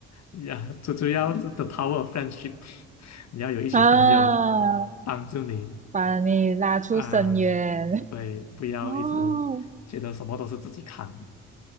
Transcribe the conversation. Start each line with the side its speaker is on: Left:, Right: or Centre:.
Left: 呀，最主要是 the power f friendship，<laughs> 你要有一群朋友
Right: <laughs> 啊，
Left: 帮助你
Right: 把你拉出深渊。
Left: 啊，对，
Right: <laughs>
Left: 不要一直觉得什么都是自己扛，
Right: 哦，